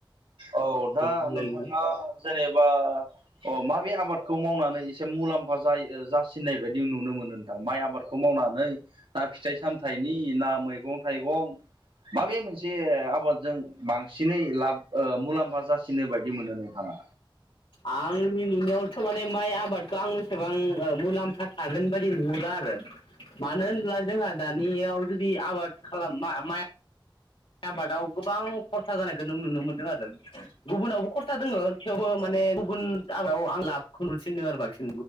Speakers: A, on the right; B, on the left.
A: औ दा
B: बुंलाय
A: नोंथाङा।
B: नोंथां
A: जेनेबा अ माबे आबादखौ मावनानै एसे मुलाम्फा जायो ओ जा सिननाय बायदि नुनो मोनो नोंथां माइ आबादखौ मावनानै ना फिथाइ सामथायाइनि ना मै मैगं-थाइगं माबे मोनसे आबादजों बांसिनै लाब ओ मुलाम्फा जासि नो बायदि मोनो नोंथाङा।
B: आंनि नुनायावथ' माने माइ आबादखौ आं एसेबां मुलाम्फा थागोन बायदि नुहुरो आरो मानो होनब्ला जोंहा दानियाव जुदि आबाद खालाम माइ आबादाव गोबां खरसा जानायखौ नों नुनो मोनदों आरो गुबुनावबो खरसा दोङो थेवबो
A: औ
B: माने गुबुन आबादाव आं लाबखौ नुसिनदों आरो बांसिन